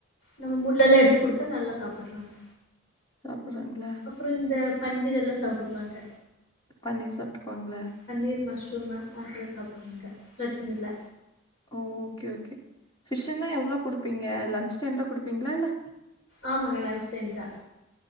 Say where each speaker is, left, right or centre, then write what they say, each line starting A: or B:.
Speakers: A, on the left (about 75°); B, on the left (about 20°).
A: நம்ம முல்லெல்லா எடுத்து குடுத்தா நல்லா சாப்பிட்றாங்க
B: சாப்டுறாங்களா
A: அப்றோ இந்த பன்னீர் எல்லா சாப்பிட்றாங்க
B: பண்ணிர் சாப்ட்டுக்குவாங்களா
A: பன்னீர் மஷ்ரூமு அதெல்லா சாப்டுறாங்க பிரச்சன இல்ல
B: ஓ ஓகே ஓகே ஃபிஷ்ன்னா எவ்ளோ குடுப்பீங்க லன்ச் டைம் தா குடுப்பீங்களா இல்ல
A: ஆமாங்க லன்ஜ் டைம் தா